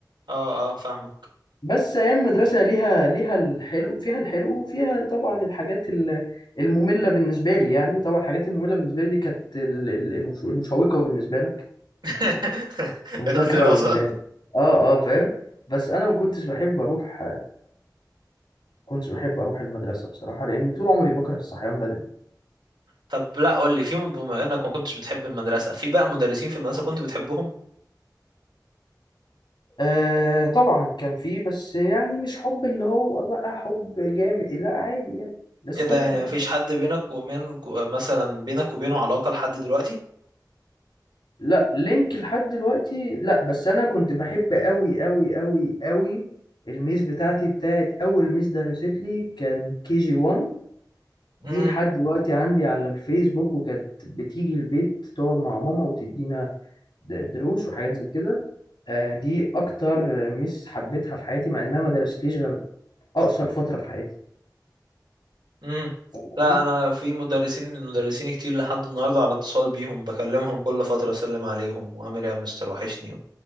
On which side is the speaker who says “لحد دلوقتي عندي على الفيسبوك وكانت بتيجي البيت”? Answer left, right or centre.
Left